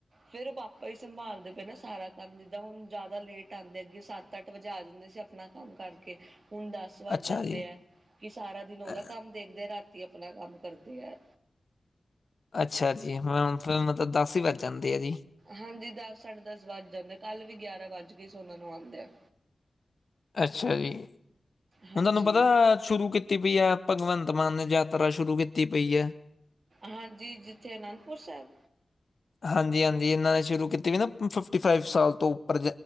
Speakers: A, on the right (about 55°); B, on the left (about 55°).
A: ਫੇਰ ਪਾਂਪਾ ਹੀ ਸੰਭਾਲਦੇ ਪਏ ਨਾ ਸਾਰਾ ਕੰਮ ਜਿੱਦਾਂ ਹੁਣ ਜ਼ਿਆਦਾ ਲੇਟ ਆਉਂਦੇ ਅੱਗੇ ਸੱਤ, ਅੱਠ ਵਜਾ ਦਿੰਦੇ ਸੀ ਆਪਣਾ ਕੰਮ ਕਰਕੇ ਹੁਣ ਦੱਸ ਦਸ ਵਜ
B: ਅੱਛਾ
A: ਜਾਂਦੇ
B: ਜੀ।
A: ਹੈ, ਕਿ ਸਾਰਾ ਦਿਨ ਉਹਦਾ
B: ਅ
A: ਕੰਮ ਦੇਖਦੇ ਆ ਰਾਤੀ ਆਪਣਾ ਕੰਮ ਕਰਦੇ ਆ।
B: ਅੱਛਾ ਜੀ ਮੈ ਮਤਲਬ ਦਸ ਹੀ ਵਜ ਜਾਂਦੇ ਆ ਜੀ।
A: ਹਾਂਜੀ ਦਸ ਸਾਢੇ ਦਸ ਵੱਜ ਜਾਂਦੇ, ਆ ਕੱਲ੍ਹ ਵੀ ਗਿਆਰਾਂ ਵੱਜ ਕੇ ਸੋਨਾ ਨੂੰ ਆਉਂਦੇ ਆ।
B: ਅੱਛਾ ਜੀ,
A: ਹਾਂਜੀ
B: ਹੁਣ ਤੁਹਾਨੂੰ ਪਤਾ ਸ਼ੁਰੂ ਕੀਤੀ ਪਈ ਹੈ, ਭਗਵੰਤ ਮਾਨ ਨੇ ਯਾਤਰਾ ਸ਼ੁਰੂ ਕੀਤੀ ਪਈ ਹੈ।
A: ਹਾਂਜੀ, ਜਿੱਥੇ ਅਨੰਦਪੁਰ ਸਾਹਿਬ
B: ਹਾਂਜੀ, ਹਾਂਜੀ ਇਹਨਾਂ ਨੇ ਸ਼ੁਰੂ ਕੀਤੀ ਵੀ, ਨਾ ਫਿਫਟੀ ਫਾਈਵ ਸਾਲ ਤੋਂ ਉੱਪਰ